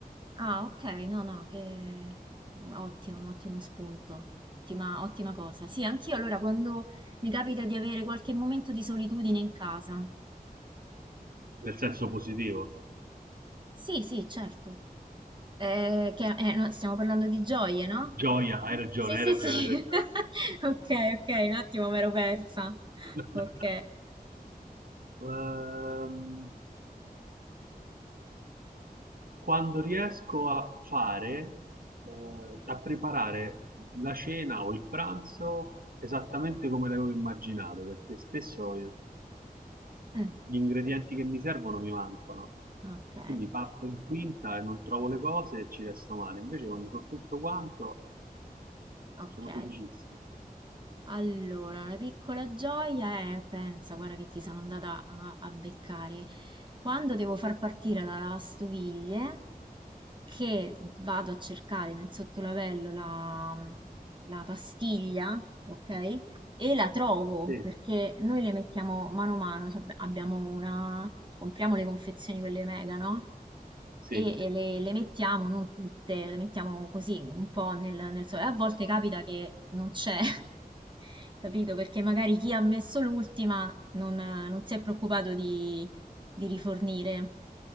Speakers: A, on the right; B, on the right.
A: Ah, ok, no, no, che ottimo, ottimo spunto, ottima, ottima cosa. Sì, anch'io allora quando mi capita di avere qualche momento di solitudine in casa.
B: nel senso positivo.
A: Sì, sì, certo. Eh, che- eh, no, stiamo parlando di gioie, no?
B: Gioia, hai ragione,
A: Sì, sì,
B: hai ragione,
A: sì. <laughs>
B: hai ragione.
A: Ok, ok, un attimo me l'ero persa.
B: <laughs>
A: Ok.
B: Ehm, Quando riesco a fare, ehm, a preparare la cena o il pranzo esattamente come l'avevo immaginato, perché spesso io-
A: Mm,
B: gli ingredienti che mi servono mi mancano.
A: ok,
B: Quindi parto in quinta e non trovo le cose e ci resto male. Invece quando ho tutto quanto
A: ok.
B: sono felicissimo.
A: Allora, una piccola gioia è, pensa, guarda che ti sono andata a, a beccare. Quando devo far partire la lavastoviglie, che vado a cercare nel sottolavello la, la pastiglia, ok? e la trovo
B: Sì,
A: perché noi le mettiamo mano a mano, sab- abbiamo una, compriamo le confezioni quelle mega, no?
B: sì,
A: E, e le, le mettiamo, non tutte, le mettiamo così un po' nel, nel sole. A volte capita che non c'è, <laughs> capito? Perché magari chi ha messo l'ultima non, non si è preoccupato di, di rifornire.